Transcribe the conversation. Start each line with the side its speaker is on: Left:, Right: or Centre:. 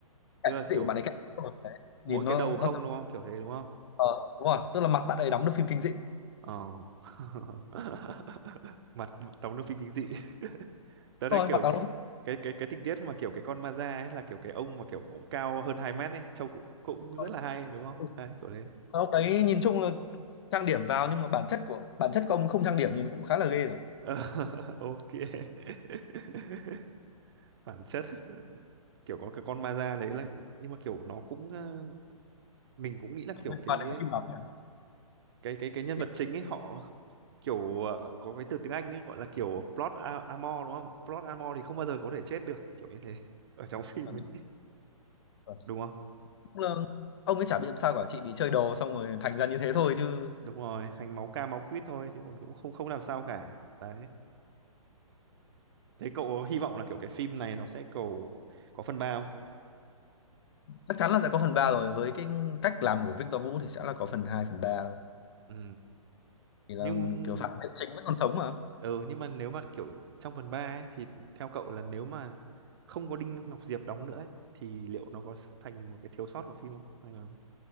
Right: tức
Left: Cảnh
Right: là
Left: kinh dị
Right: kiểu
Left: của bạn ấy cảnh đấy.
Right: mỗi
Left: Nhìn
Right: cái
Left: nó
Right: đầu không
Left: nó
Right: đúng không? Kiểu thế đúng không?
Left: ờ, đúng rồi, tức là mặt bạn ấy đóng được phim kinh dị.
Right: Ờ. <laughs> Mặt đóng trong phim kinh dị. <laughs> Tớ thấy
Left: Thôi
Right: kiểu
Left: mặt đóng được phim
Right: cái cái cái tình tiết mà kiểu cái con ma da ấy là kiểu cái ông mà kiểu cũng cao hơn 2 mét ấy, trông cũng cũng
Left: thôi.
Right: rất là hay đúng không?
Left: Ừ,
Right: Đấy, kiểu thế.
Left: Ông đấy nhìn chung là trang điểm vào nhưng mà bản chất của bản chất của ông không trang điểm nhìn cũng khá là ghê rồi.
Right: Ờ, <laughs> ok. <laughs> Bản chất kiểu có cái con ma da đấy là nhưng mà kiểu nó cũng ờ, mình cũng nghĩ là
Left: không
Right: kiểu
Left: liên
Right: cái
Left: quan đến cái phim lắm nhỉ
Right: cái cái cái nhân
Left: Cái-
Right: vật chính ấy họ kiểu ờ, có cái từ tiếng Anh ấy gọi là kiểu plot a- armor đúng không? Plot armor thì không bao giờ có thể chết được, kiểu như thế <laughs> ở trong phim
Left: cảm
Right: ấy,
Left: tưởng của-
Right: đúng không?
Left: Cũng là ông ấy chả bị làm sao cả chị bị chơi đồ xong rồi thành ra như thế thôi chứ
Right: Đúng rồi, thành máu ca máu quýt thôi chứ còn cũng không không làm sao cả. Đấy. Thế cậu có hy vọng là kiểu cái phim này nó sẽ cầu có phần ba không?
Left: chắc chắn là sẽ có phần 3 rồi với cái cách làm của Victor Vũ thì sẽ là có phần 2 phần ba
Right: Ừ.
Left: thì là
Right: Nhưng
Left: kiểu phản diện chính vẫn còn sống mà
Right: ừ nhưng mà nếu mà kiểu trong phần 3 ấy thì theo cậu là nếu mà không có Đinh Ngọc Diệp đóng nữa ấy, thì liệu nó có thành một cái thiếu sót của phim không? Hay là